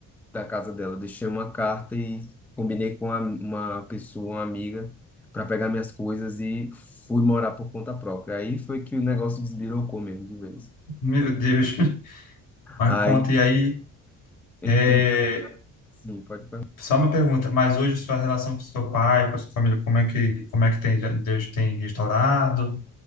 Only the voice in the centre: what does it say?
da casa dela. Deixei uma carta e combinei com a- uma pessoa, uma amiga, para pegar minhas coisas e fui morar por conta própria. Aí foi que o negócio desbirocou mesmo de vez.
Aí
entrei,
sim, pode perguntar.